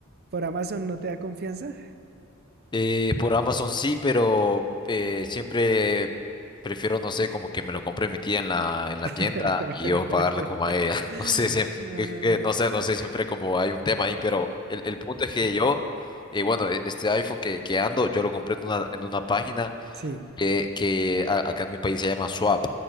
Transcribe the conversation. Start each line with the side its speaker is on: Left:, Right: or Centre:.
Right: por Amazon no te da confianza.
Left: Eh, por Amazon sí, pero eh, siempre prefiero, no sé, como que me lo compre mi tía en la, en la
Right: <laughs>
Left: tienda y yo pagarle como a ella. <laughs>
Right: Ah,
Left: No sé, si, es que no sé, no sé, siempre como hay un tema ahí, pero el, el punto es que yo, eh, bueno, e- este iPhone que, que ando, yo lo compré en una, en una página
Right: sí.
Left: que, que a- acá en mi país se llama Swap.